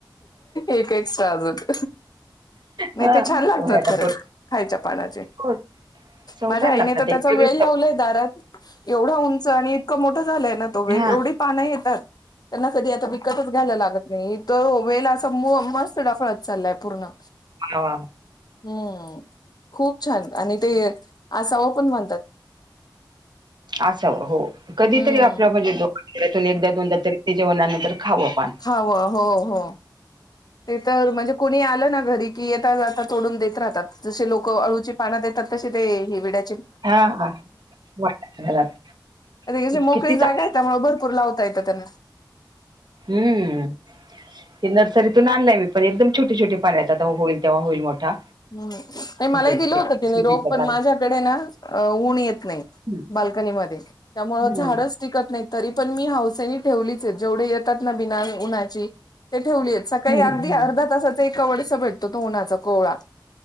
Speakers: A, on the left (about 55°); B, on the right (about 65°).
A: एक एक् सट्राजत नाही
B: हा
A: ते छान लागत
B: म्हणे आता
A: खरच
B: करू
A: खायच्या पानाचे
B: हो चवदार
A: माझ्या
B: लागतात
A: आईने तर त्याचा
B: एक वेगळीच
A: वेळ लावलाय दारात एवढा उंच आणि इतकं मोठं झालंय ना तो वेल
B: चव हा
A: एवढी पान येतात त्यांना कधी आता तच घ्यायला लागत नाही तो वेला असं मस्त डफळत चाललाय पूर्ण
B: वा वा
A: हम्म खूप छान आणि ते आसाव पण म्हणतात
B: असाव हो कधीतरी
A: हम्म
B: आपलं म्हणजे दोकानून एकदा दोनदा तरी ते जेवणानंतर खाऊं आपण
A: हव हो हो ते तर म्हणजे कोुणी आलं ना घरी की येता आता तोडून देत राहतात जसे लोक अळूची पाना देतात तसे ते ह विड्या
B: हा वाटत
A: ात मोकळी
B: किती चांग
A: जाा त्यामुळे भरपूर लावता येतं त्याना
B: हम्म ते नर्सरीतून आणलायी पण एकदम छोटे छोटे पाणी आ होईल तेव्हा होईल मोठा
A: हम्म नाही मलाही
B: इथे
A: दिलं होत तिने
B: सुजीच्या
A: रोग
B: दारात
A: पण माझ्याकडे ना ऊन येत नाही
B: हम्म
A: बाल्कनीमध्ये त्यामुळ
B: हम्म
A: झाडच िकत नाही तरी पण मी हासेनी ठेवलीच आहे जेवढे येतात ना बिना उन्हाची ते ठेवली आहेत सकाळी
B: हम्म
A: अगदी अर्धा तासाच एकवडस भेटतो तो उन्हाचा कोवळा